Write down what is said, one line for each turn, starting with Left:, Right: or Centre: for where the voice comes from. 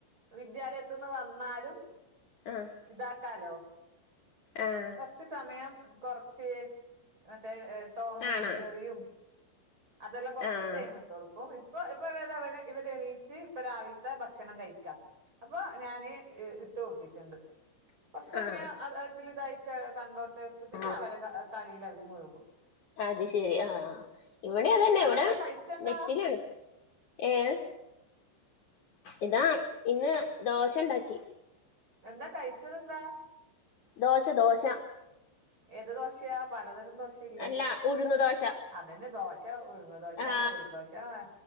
Right: വിദ്യാലയത്തുന്ന് വന്നാലും
Left: ആഹ്
Right: ഇതാക്കാലോ
Left: ആഹ്
Right: കുറച്ച് സമയം കൊറച്ച് മറ്റേ ടോമും
Left: കാണാ
Right: ജെറിയും അതെല്ലാം കുറച്ച്
Left: ആഹ്
Right: ടൈമ് എ കൊടുക്കും ഇപ്പൊ ഇപ്പൊ വരെ അവര് ഇവര് എണീച്ച് ഇപ്പൊ രാവിലത്തെ ഭക്ഷണം കഴിക്കാം അപ്പൊ ഞാന് ഇട്ട് കൊടുത്തിട്ടുണ്ട് കുറച്ചു സമയം
Left: ആഹ്
Right: അ അതില് ഇതായി കണ്ടോട്ട് ഇട്ട് പിന്നെ
Left: ആഹ്
Right: അവര് കളില് അവര് മുഴുകും
Left: അത് ശെരി ആ ഇവിടെ അതന്നെ
Right: ഇയാളെന്താ
Left: ഇവിടെ
Right: കഴിച്ചെന്താ
Left: നെറ്റിലാണ് ഏഹ് ഇതാ ഇന്ന് ദോശ ഇണ്ടാക്കി
Right: എന്താ കഴിച്ചത് എന്താ
Left: ദോശ ദോശ
Right: ഏത് ദോശയാ പലതരം ദോശയില്ലേ
Left: അല്ല ഉഴുന്ന് ദോശ
Right: അതന്നെ ദോശ ദേശ ഉഴുന്ന് ദോശ
Left: ആ
Right: നീർദോശ ആഹ്